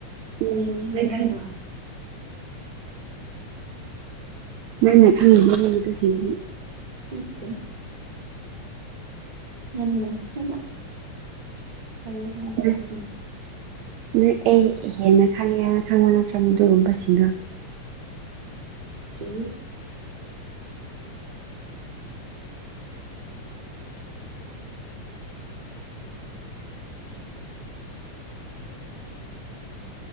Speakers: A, on the right; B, on the right.
A: ꯎꯝ
B: ꯃꯤꯂ ꯅꯝꯕꯅ
A: ꯅꯪ ꯈꯪ ꯅꯪ ꯅ ꯈꯜꯂ ꯅꯡꯅ ꯇꯨꯁꯤꯡꯗꯤ
B: ꯎꯠꯇꯦ ꯃꯥ ꯍꯦꯟꯅ ꯍꯥꯏꯌꯦ ꯍ ꯇ
A: ꯅꯪ
B: ꯎꯝ
A: ꯅꯪ ꯑꯩ ꯍꯦꯟꯅ ꯈꯪꯉꯦ ꯌꯥꯝꯅ ꯈꯪꯕ ꯅꯠꯇ꯭ꯔ ꯑꯗꯨꯒꯒꯨꯝꯕꯕꯁꯤꯅ
B: ꯀ